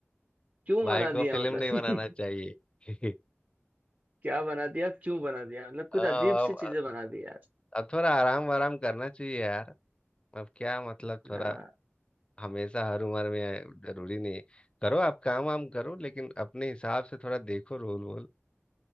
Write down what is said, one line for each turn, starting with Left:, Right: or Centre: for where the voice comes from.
Right: क्यों
Left: भाई
Right: बना दिया
Left: को फिल्म
Right: मतलब
Left: नहीं बनाना चाहिए
Right: <laughs>
Left: <laughs>
Right: क्या बना दिया क्यों बना दिया मतलब कुछ
Left: हाँ,
Right: अजीब
Left: अब
Right: सी चीजें बना दी यार
Left: अब थोड़ा आराम वाराम करना चाहिए यार अब क्या मतलब थोड़ा
Right: आ,
Left: हमेशा हर उम्र में है, जरूरी नहीं है। करो आप काम वाम करो लेकिन अपने हिसाब से थोड़ा देखो रोल वोल